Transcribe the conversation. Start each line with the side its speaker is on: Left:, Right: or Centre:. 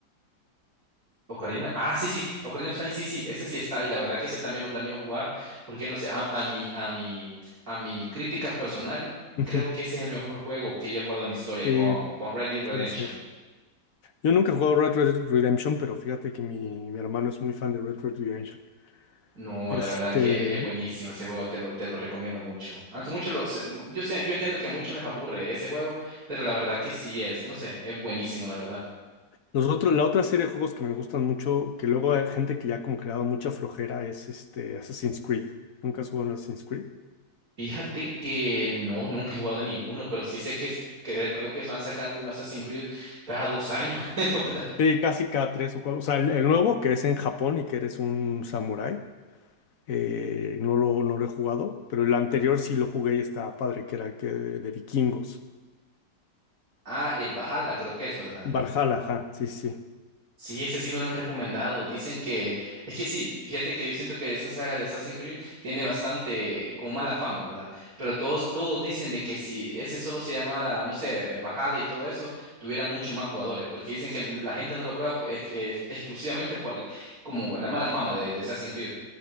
Right: Ocarina, ah, sí, sí, Ocarina of Time, sí, sí, ese sí está, y la verdad que ese también lo planeo jugar, porque no sé, a, a mi, a mi, a mi crítica personal,
Left: Ujú.
Right: creo que ese es el mejor juego que he jugado en la historia
Left: Sí,
Right: con, con Red Dead Redemption.
Left: puede ser. Yo nunca he jugado Red Red Redemption, pero fíjate que mi, mi hermano es muy fan de Red Red Redemption.
Right: No,
Left: Este,
Right: la verdad que es buenísimo ese juego, te lo, te lo recomiendo mucho. Aunque muchos lo, se- yo sé, yo entiendo que a muchos les aburre ese juego, pero la verdad que sí es, no sé, es buenísimo, la verdad.
Left: nosotros, la otra serie de juegos que me gustan mucho, que luego hay gente que ya como que le ha dado mucha flojera, es este Assassin's Creed. ¿Nunca has jugado a Assassin's Creed?
Right: Fíjate que no, nunca he jugado ninguno, pero sí sé que, es- que creo que van sacando un Assassin's Creed cada dos años, <laughs> creo, ¿verdad?
Left: Sí, casi cada tres o cuatro. O sea, el, el nuevo que es en Japón y que eres un samurái, eh, no lo, no lo he jugado, pero el anterior sí lo jugué y estaba padre, que era el que de, de vikingos.
Right: Ah, el Valhalla creo que es, ¿verdad?
Left: Valhalla, ajá, sí, sí.
Right: Sí, ese sí me lo han recomendado. Dicen que, es que sí, fíjate que yo siento que esa saga de Assassin's Creed tiene bastante como mala fama, ¿verdad? Pero todos, todos dicen de que si ese solo se llamara, no sé, eh, Valhalla y todo eso, tuviera mucho más jugadores, porque dicen que la gente no lo prueba pues, ex- eh, exclusivamente por la- como la mala fama de, de Assassin's Creed.